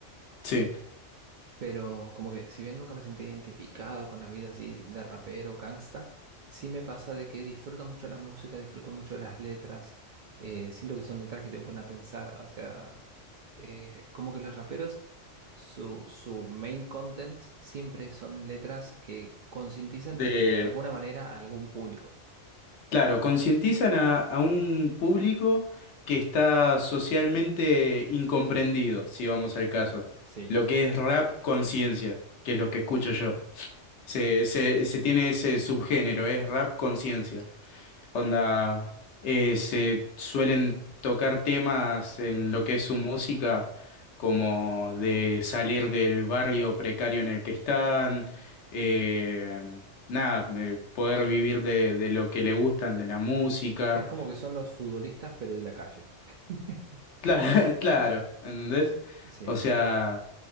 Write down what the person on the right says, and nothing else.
Pero como que si bien nunca me sentí identificado con la vida así de rapero, gangsta, sí me pasa de que disfruto mucho las músicas, disfruto mucho las letras, eh, siento que son letras que te ponen a pensar, o sea, eh, como que los raperos, su, su main content siempre son letras que concientizan
de alguna manera a algún público.
Sí,
Es como que son los futbolistas, pero de la calle. <laughs>
Sí,